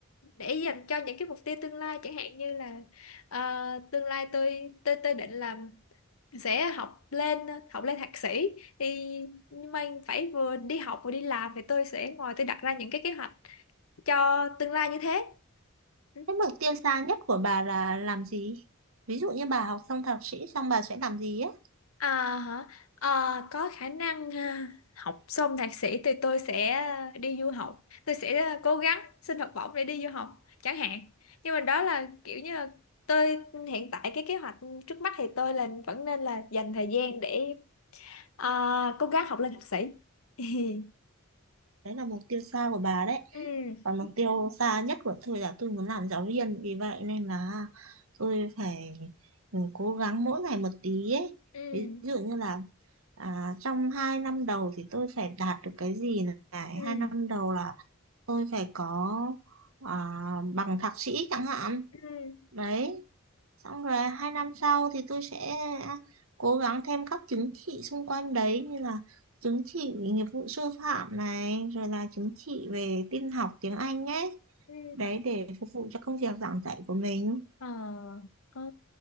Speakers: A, on the left (about 75°); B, on the right (about 70°).
A: để dành cho những cái mục tiêu tương lai chẳng hạn như là ờ, tương lai tôi tôi tôi định là sẽ học lên học lên thạc sĩ thì nhưng mà phải vừa đi học vừa đi làm thì tôi sẽ ngồi tôi đặt ra những cái kế hoạch cho tương lai như thế Ừ.
B: cái mục tiêu xa nhất của bà là làm gì? Ví dụ như bà học xong thạc sĩ xong bà sẽ làm gì á?
A: À, hả? Ờ, có khả năng ha. học xong thạc sĩ thì tôi sẽ đi du học tôi sẽ cố gắng xin học bổng để đi du học chẳng hạn nhưng mà đó là kiểu như là tôi hiện tại cái kế hoạch trước mắt thì tôi là vẫn nên là dành thời gian để ờ, cố gắng học lên thạc sĩ <laughs>
B: Đấy là mục tiêu xa của bà đấy.
A: ừ
B: Còn mục tiêu xa nhất của tôi là tôi muốn làm giáo viên. Vì vậy nên là tôi phải ừ, cố gắng mỗi ngày một tí ấy.
A: ừ
B: Ví dụ như là À, trong hai năm đầu thì tôi phải đạt được cái gì này?
A: ừ
B: Hai năm đầu là tôi phải có à, bằng thạc sĩ chẳng hạn.
A: ừ ừ
B: Đấy, xong rồi hai năm sau thì tôi sẽ cố gắng thêm các chứng chỉ xung quanh đấy như là chứng chỉ nghiệp vụ sư phạm này, rồi là chứng chỉ về tin học tiếng Anh ấy.
A: ừ.
B: Đấy để phục vụ cho công việc giảng dạy của mình.
A: ờ ok